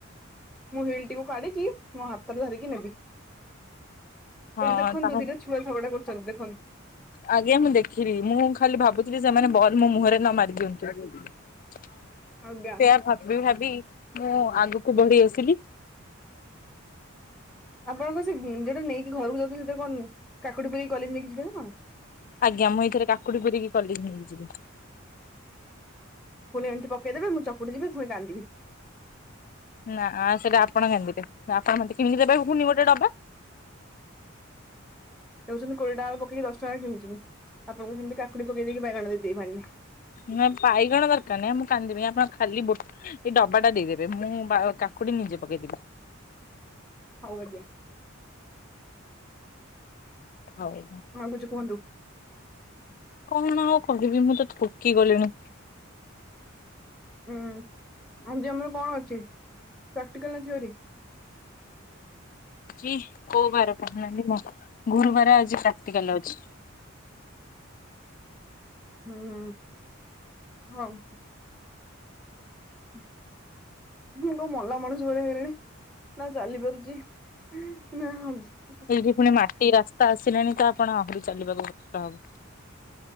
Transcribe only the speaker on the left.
ହଁ
ତାହା
ଆଜ୍ଞା ମୁଁ ଦେଖିଲି, ମୁଁ ଖାଲି ଭାବୁଥିଲି ସେମାନେ ବଲ୍ ମୋ ମୁହଁରେ ନ ମାରିଦିଅନ୍ତୁ। ସେୟା
ଭାବି ଭାବି ମୁଁ ଆଗକୁ ବଢି ଆସିଲି।
ଆଜ୍ଞା ମୁଁ ଏଇଥିରେ କାକୁଡି ପୁରେଇକି କଲେଜ୍ ନେଇକି ଯିବି।
ନା, ସେଇଟା ଆପଣ କାନ୍ଦିବେ, ଆପଣ ମତେ କିଣିକି ଦେବେ ଫୁଣି ଗୋଟେ ଡବା।
ନା ପାଇଗଣ ଦରକାର ନାହିଁ। ମୁଁ କାନ୍ଦିବି ଆପଣ ଖାଲି ବୋଟ୍ ଏଇ ଡବାଟା ଦେଇଦେବେ ମୁଁ ବା କାକୁଡି ନିଜେ ପକେଇଦେବି।
ହଉ
କଣ ଆଉ କହିବି ମୁଁ ତ ଥକି ଗଲିଣି।
ଇହ୍ କୋଉ ବାର କାଟୁନାହାନ୍ତି ମ, ଗୁରୁବାରେ ଆଜି ପ୍ରାକ୍ଟିକାଲ୍ ଅଛି।
ଏଇଠି ପୁଣି ମାଟି ରାସ୍ତା ଆସିଲାଣି ତ ଆପଣ ଆହୁରି ଚାଲିବାକୁ କଷ୍ଟ ହବ।